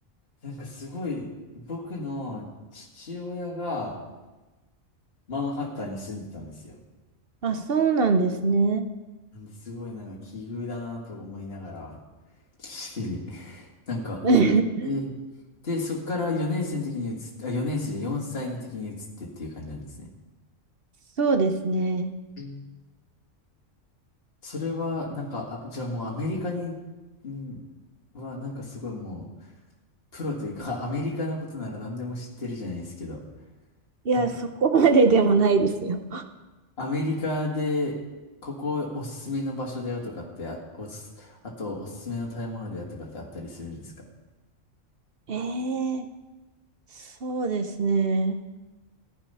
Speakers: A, on the left; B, on the right.
A: なんかすごい、僕の父親がマンハッタンに住んでたんですよ。
B: あ、そうなんですね。
A: なんですごいなんか奇遇だなと思いながら、してね。なんか、
B: <laughs>
A: え、えーで、そっから4年生の時に移って、あ、4年生で歳の時に移ってっていう感じなんですね。
B: そうですね。
A: うんそれは、なんか、あ、じゃあもうアメリカに、んは、なんかすごいもう、プロというか、アメリカのことなら何でも知ってるじゃないですけど、
B: いや、
A: なんか
B: そこまででもないですよ。
A: アメリカで、ここおすすめの場所だよとかって、あ、おす、あとおすすめの食べ物だよとかってあったりするんですか
B: ええそうですね。